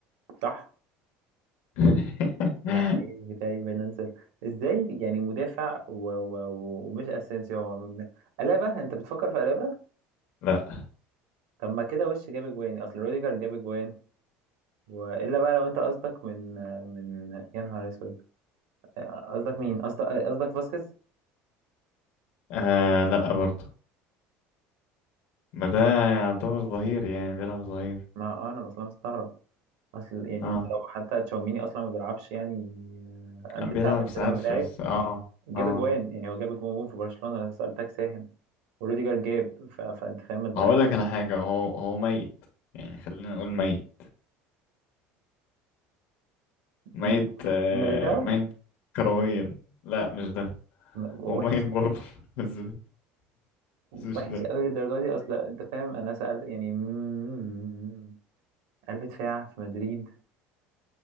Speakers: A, on the right; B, on the left.
A: صح
B: <laughs>
A: اللعيب بتاعي فينانسيال ازاي يعني مدافع و... و... و... ومش اسينسيو هو من... ألابا انت بتفكر في ألابا
B: لا
A: طب ما كده وش جاب اجوان اصل روديجر جاب اجوان والا بقى لو انت قصدك من من يا نهار اسود آه، قصدك مين قصدك قصدك فاسكيز
B: آه لا برضه ما ده يعتبر ظهير يعني بيلعب ظهير
A: ما آه، انا اصلا مستغرب اصل يعني
B: اه
A: انت لو حتى تشاوميني اصلا ما بيلعب بيلعبش يعني آه، قلب
B: بيلعب
A: دفاع بس
B: ساعات
A: لما
B: في
A: لعب
B: الس- اه
A: جاب
B: اه
A: اجوان يعني هو جاب اجوان في برشلونة انا سألتك ساهم وروديجر جاب ف... فانت فاهم ما تبقاش
B: هقول لك على حاجه هو هو ميت يعني خلينا نقول ميت ميت
A: م-
B: آه
A: ميليتاو
B: ميت كرويا لا مش ده
A: م- وحش
B: هو ميت برضه
A: قوي
B: <laughs> بس بس مش
A: وحش
B: ده
A: قوي للدرجة دي اصلا انت فاهم انا سأل يعني م- قلب دفاع في مدريد